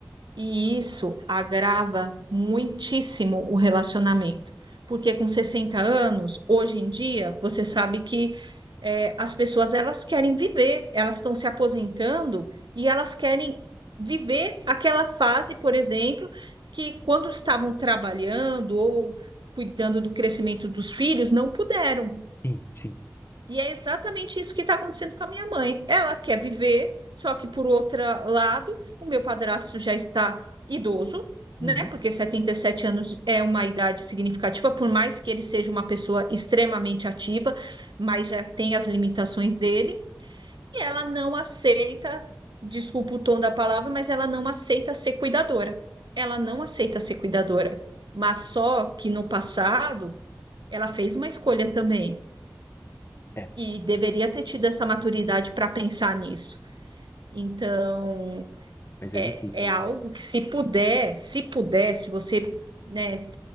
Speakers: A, on the right; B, on the left.
A: e isso agrava muitíssimo o relacionamento, porque com 60 anos, hoje em dia, você sabe que eh, as pessoas elas querem viver, elas estão se aposentando e elas querem viver aquela fase, por exemplo, que quando estavam trabalhando ou cuidando do crescimento dos filhos, não puderam.
B: Sim, sim.
A: E é exatamente isso que está acontecendo com a minha mãe. Ela quer viver, só que por outro lado, o meu padrasto já está idoso,
B: Uhum.
A: né? Porque 77 anos é uma idade significativa, por mais que ele seja uma pessoa extremamente ativa, mas já tem as limitações dele, e ela não aceita, desculpa o tom da palavra, mas ela não aceita ser cuidadora. Ela não aceita ser cuidadora. Mas só que no passado ela fez uma escolha também
B: É,
A: e deveria ter tido essa maturidade para pensar nisso. Então,
B: mas
A: é,
B: é difícil,
A: é algo
B: viu?
A: que se puder, se puder, se você, né,